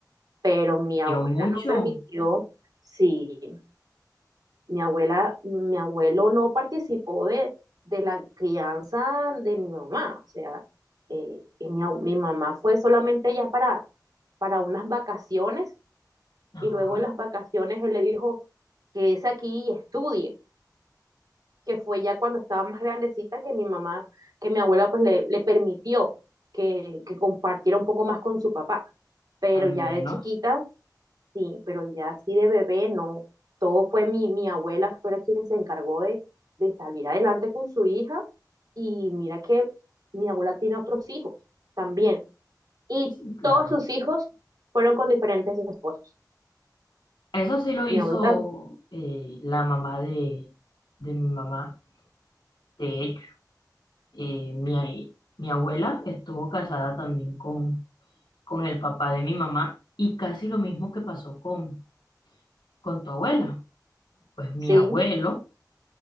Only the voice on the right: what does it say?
pero mi
abuela
no permitió, sí, mi abuela, mi abuelo no participó de, de la crianza de mi mamá, o sea, eh, y mi, au- mi mamá fue solamente ya para para unas vacaciones
y luego en las vacaciones él le dijo que es aquí y estudie, que fue ya cuando estaba más grandecita que mi mamá, que mi abuela pues le, le permitió que, que compartiera un poco más con su papá, pero
ya
de chiquita, sí, pero ya así de bebé, no, todo fue mi, mi abuela, fue la quien se encargó de, de salir adelante con su hija y mira que mi abuela tiene otros hijos también y
todos sus hijos fueron con diferentes esposos.
Mi
abuela,
sí,